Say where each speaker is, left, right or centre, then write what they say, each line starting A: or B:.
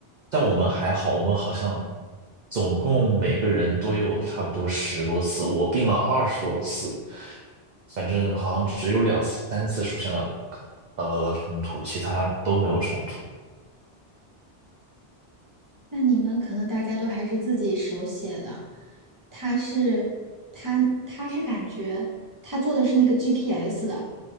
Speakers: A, on the right; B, on the right.
A: 但我们还好，我们好像总共每个人都有差不多十多次，我并了二十多次。反正好像只有两三次出现了呃冲突，其他都没有冲突。
B: 那你们可能大家都还是自己手写的。他是他他是感觉他做的是那个 GPS 的，